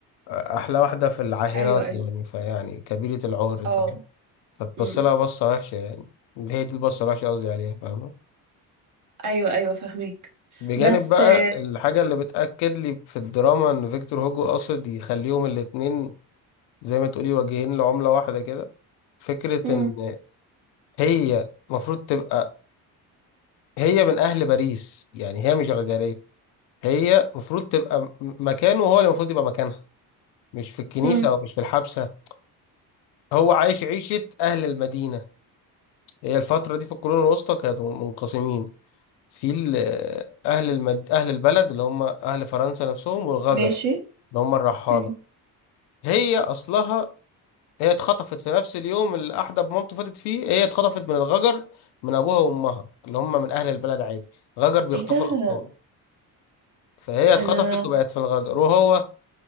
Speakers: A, on the left; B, on the right.
A: احلى واحده في العاهرات
B: ايوه ايوه
A: يعني فيعني كبيره العور فاهم
B: اه
A: فتبص
B: امم
A: لها بصه وحشه يعني هي دي البصه الوحشه قصدي عليها فاهمه
B: ايوه ايوه فاهمك
A: بجانب
B: بس
A: بقى
B: آه،
A: الحاجه اللي بتاكد لي في الدراما ان فيكتور هوجو قصد يخليهم الاتنين زي ما تقولي وجهين لعمله واحده كده فكره
B: امم
A: ان هي المفروض تبقى هي من اهل باريس يعني هي مش غجريه هي المفروض تبقى م- مكانه هو اللي المفروض يبقى مكانها مش في الكنيسه
B: امم
A: او مش في الحبسه هو عايش عيشه اهل المدينه هي الفتره دي في القرون الوسطى كانوا منقسمين في ال- اهل المد... اهل البلد اللي هم اهل فرنسا نفسهم والغجر
B: ماشي
A: اللي هم الرحاله
B: امم
A: هي اصلها هي اتخطفت في نفس اليوم اللي احدب مامته فاتت فيه هي اتخطفت من الغجر من ابوها وامها اللي هم من اهل البلد عادي غجر بيخطفوا
B: ايه ده
A: الاطفال فهي اتخطفت
B: انا
A: وبقت في الغجر وهو